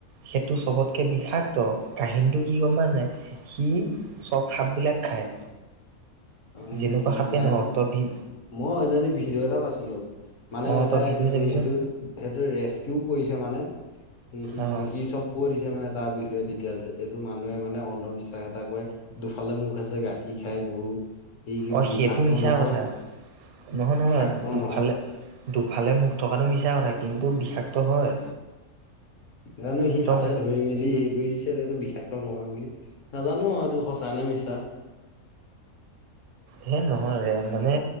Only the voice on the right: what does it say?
সেইটো চবতকে বিষাক্ত কাহিনীটো কি গম পাই নাই? সি চব সাপবিলাক খায়।
যেনেকুৱা সাপে
নহওক তই ভি
অ'
তই ভিডিঅ' চাবিচোন
অ'
অ,
সেইটো মিছা
কথা নহয় নহয়
দুয়োফালে
দুফালে মুখ থকাটো মিছা কথা, কিন্তু বিষাক্ত হয়।
তই
হে নহয় ৰে মানে